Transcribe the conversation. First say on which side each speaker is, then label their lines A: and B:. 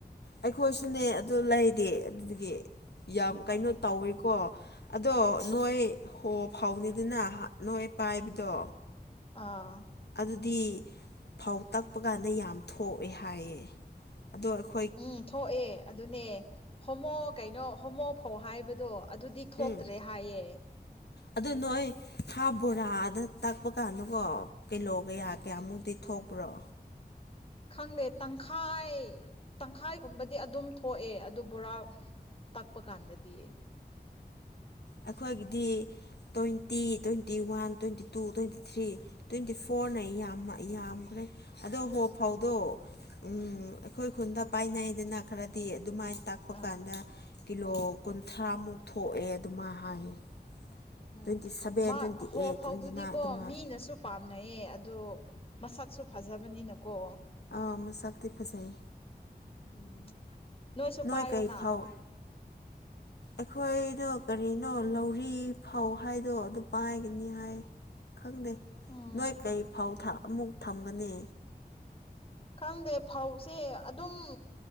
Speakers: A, on the left; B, on the left.
A: ꯑꯩꯈꯣꯏꯁꯨꯅꯦ ꯑꯗꯨ ꯂꯩꯗꯤ ꯑꯗꯨꯒꯤ ꯌꯥꯝ ꯀꯩꯅꯣ ꯇꯧꯋꯦꯀꯣ ꯑꯗꯣ ꯅꯣꯏ ꯍꯣ ꯐꯥꯎꯅꯤꯗꯅ ꯅꯣꯏ ꯄꯥꯏꯕꯗꯣ
B: ꯑꯥ
A: ꯑꯗꯨꯗꯤ ꯐꯧ ꯇꯛꯄ ꯀꯥꯟꯗ ꯌꯥꯝ ꯊꯣꯛꯑꯦ ꯍꯥꯏꯌꯦ ꯑꯗꯣ ꯑꯩꯈꯣ
B: ꯎꯝ ꯊꯣꯛꯑꯦ ꯑꯗꯨꯅꯦ ꯍꯣꯃꯣ ꯀꯩꯅꯣ ꯍꯣꯃꯣ ꯐꯧ ꯍꯥꯏꯕꯗꯣ ꯑꯗꯨꯗꯤ ꯊꯣꯛꯇ꯭ꯔꯦ
A: ꯎꯝ
B: ꯍꯥꯏꯌꯦ
A: ꯑꯗꯨ ꯅꯣꯏ ꯍꯥꯞ ꯕꯣꯔꯥꯗ ꯇꯥꯛꯄ ꯀꯥꯟꯗꯀꯣ ꯀꯤꯂꯣ ꯀꯌꯥ
B: ꯎꯝ
A: ꯀꯌꯥꯃꯨꯛꯇꯤ ꯊꯣꯛꯄ꯭ꯔꯣ
B: ꯈꯪꯗꯦ ꯇꯪꯈꯥꯏ ꯇꯪꯈꯥꯏꯒꯨꯝꯕꯗꯤ ꯑꯗꯨꯝ ꯊꯣꯛꯑꯦ ꯑꯗꯨ ꯕꯣꯔꯥ ꯇꯛꯄ ꯀꯥꯟꯗꯗꯤ
A: ꯑꯩꯈꯣꯏꯒꯤꯗꯤ twenty twenty one twenty two twenty three twenty ꯐꯣꯔꯅꯦ ꯌꯥꯝꯃ ꯌꯥꯝꯈ꯭ꯔꯦ ꯑꯗꯣ ꯍꯣ ꯐꯥꯎꯗꯣ ꯎꯝ ꯑꯩꯈꯣꯏ ꯈꯨꯟꯗ ꯄꯥꯏꯅꯩꯗꯅ ꯈꯔꯗꯤ ꯑꯗꯨꯃꯥꯏꯟ ꯇꯥꯛꯄ
B: ꯑꯥ
A: ꯀꯥꯟꯗ ꯀꯤꯂꯣ ꯀꯨꯟꯊ꯭ꯔꯥꯃꯨꯛ ꯊꯣꯛꯑꯦ ꯑꯗꯨꯃꯥ ꯍꯥꯏꯌꯦ
B: ꯎꯝ
A: ꯇ꯭ꯋꯦꯟꯇꯤ ꯁꯚꯦꯟ
B: ꯃꯥ
A: ꯇ꯭ꯋꯦꯟꯇꯤ
B: ꯍꯣ
A: ꯑꯩꯠ
B: ꯐꯥꯎꯗꯨꯗꯤꯀꯣ
A: ꯇ꯭ꯋꯦꯟꯇꯤ ꯅꯥꯏꯟ ꯑꯗꯨꯃꯥꯏ
B: ꯃꯤꯅꯁꯨ ꯄꯥꯝꯅꯩꯌꯦ ꯑꯗꯣ ꯃꯁꯛꯁꯨ ꯐꯖꯕꯅꯤꯅꯀꯣ
A: ꯑꯧ ꯃꯁꯛꯇꯤ ꯐꯖꯩꯌꯦ
B: ꯎꯝ ꯅꯣꯏꯁꯨ
A: ꯅꯣꯏ
B: ꯄꯥꯏꯌꯣꯅ
A: ꯀꯩ ꯐꯥꯎ ꯑꯩꯈꯣꯏꯗꯣ ꯀꯔꯤꯅꯣ ꯂꯧꯔꯤ ꯐꯧ ꯍꯥꯏꯗꯣ ꯑꯗꯨ ꯄꯥꯏꯒꯅꯤ ꯍꯥꯏ ꯈꯪꯗꯦ
B: ꯎꯝ
A: ꯅꯣꯏ ꯀꯩ ꯐꯥꯎ ꯊꯥꯛ ꯑꯃꯨꯛ ꯊꯝꯒꯅꯤ
B: ꯈꯪꯗꯦ ꯐꯧꯁꯦ ꯑꯗꯨꯝ